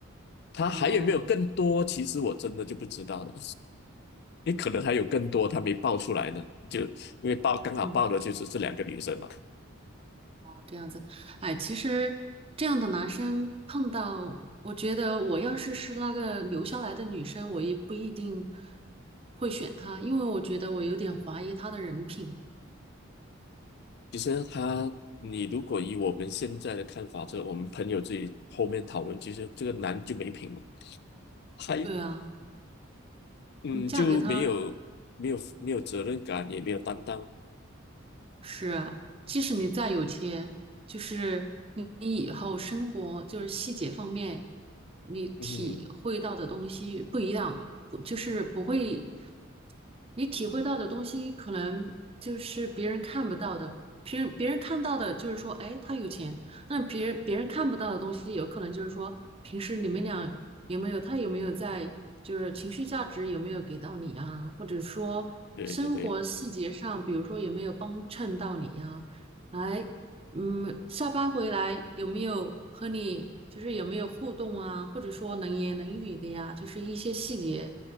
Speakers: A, on the left (about 50°); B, on the right (about 25°).
A: 他还有没有更多？
B: 哦，
A: 其实我真的就不知道了，也可能还有更多他没爆出来呢，就因为爆刚好爆的就是这两个女生嘛。
B: 嗯，这样子，哎，其实这样的男生碰到，我觉得我要是是那个留下来的女生，我也不一定会选他，因为我觉得我有点怀疑他的人品。
A: 其实他，你如果以我们现在的看法，这我们朋友自己后面讨论，其实这个男就没品嘛，还
B: 对啊，
A: 嗯就没有没有没有责任感，
B: 你嫁给他。
A: 也没有担当。
B: 是啊，即使你再有钱，就是你你以后生活就是细节方面，你体会到的东西不一样，
A: 嗯哼，
B: 不就是不会。你体会到的东西可能就是别人看不到的，别人别人看到的就是说，哎，他有钱，那别人别人看不到的东西，有可能就是说，平时你们俩有没有他有没有在，就是情绪价值有没有给到你啊，或者说生活细节上，
A: 对对对，
B: 比如说有没有帮衬到你呀、哎，嗯，下班回来有没有和你就是有没有互动啊，或者说能言能语的呀？就是一些细节